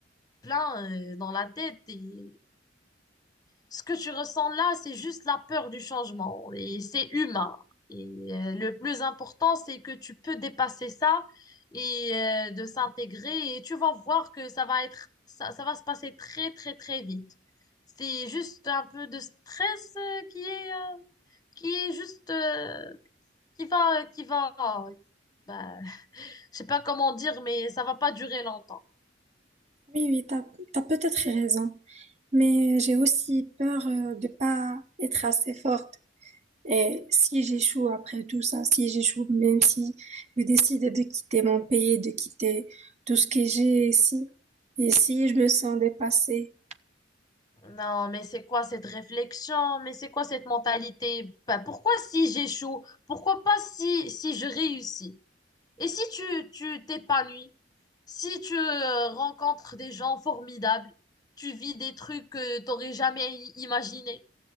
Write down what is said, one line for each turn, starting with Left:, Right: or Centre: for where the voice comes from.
Left: plein euh, dans la tête et Ce que tu ressens là, c'est juste la peur du changement et c'est humain. Et euh, le plus important, c'est que tu peux dépasser ça et euh, de s'intégrer et tu vas voir que ça va être, ça, ça va se passer très, très, très vite. C'est juste un peu de stress euh, qui est, euh, qui est juste, euh, qui va, qui va, bah, je sais pas comment dire, mais ça va pas durer longtemps.
Right: Oui, oui, t'as, t'as peut-être raison. Mais j'ai aussi peur euh, de pas être assez forte. Et si j'échoue après tout ça, si j'échoue, même si je décide de quitter mon pays, de quitter tout ce que j'ai ici, et si je me sens dépassée,
Left: Non, mais c'est quoi cette réflexion? Mais c'est quoi cette mentalité? Bah, pourquoi si j'échoue? Pourquoi pas si, si je réussis? Et si tu, tu t'épanouis? Si tu euh, rencontres des gens formidables, tu vis des trucs que t'aurais jamais i- imaginé.